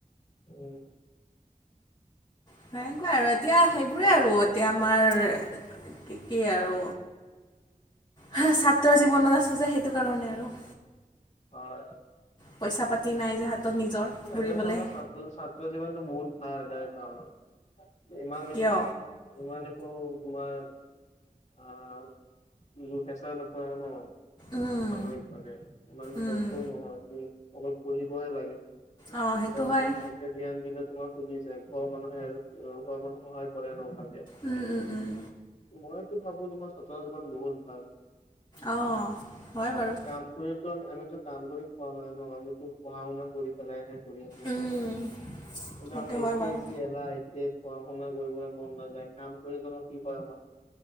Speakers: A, on the left; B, on the left.
A: উম।
B: সেনেকুৱা আৰু এতিয়া সেইবোৰে আৰু। এতিয়া আমাৰ কি কি আৰু হাঁহ্, ছাত্ৰৰ জীৱনত আছো যে সেইটো কাৰণে আৰু।
A: হয়।
B: পইচা-পাতি নাই যে হাতত নিজৰ।
A: এ এনে
B: বুলিবলৈ
A: ধৰণৰ ছাত্ৰ, ছাত্ৰ জীৱনটো বহুত ভাল এটাৰ কাৰণত। ইমান
B: কিয়
A: একো ইমান একো তোমাৰ আঁ যো হেঁচা নোপোৱা ন'?
B: উম,
A: মানসিক ভাৱে ইমান
B: উম,
A: কষ্টও নহয় তুমি অকল পঢ়িবহে লাগে।
B: অঁ সেইটো
A: পঢ়া-শুনাত
B: হয়
A: ভালকে ধ্যান দিলে তোমাৰ খুলি যায়। ঘৰৰ মানুহে হেল্প আঁ ঘৰৰ মানুহে সহায় কৰে ন' ভালকে।
B: উম, উম উম।
A: মইতো ভাৱো তোমাৰ ছাত্ৰ জীৱন বহুত ভাল।
B: অঁ, হয় বাৰু।
A: কাম কৰিতো আমি আমিতো কাম কৰি পঢ়া নাই ন'। আমিতো পঢ়া শুনা কৰি পেলাইহে কৰি আছোঁ।
B: উম,
A: কিন্তু
B: সেইটো
A: আমি এ
B: হয় বাৰু
A: জি এল ওলায় এতিয়া পঢ়া-শুনা কৰিবলৈ মন নাযায়। কাম কৰি তোমাক কি কৰাব।